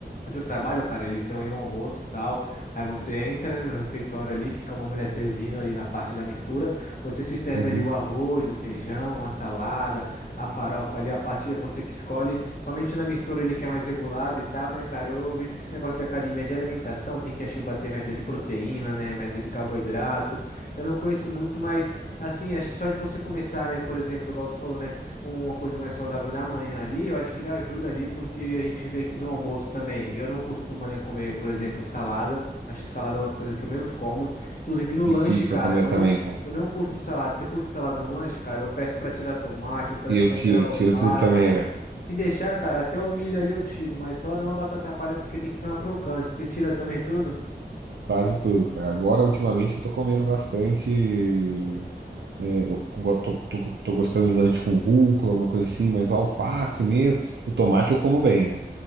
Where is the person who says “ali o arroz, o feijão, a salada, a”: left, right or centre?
Left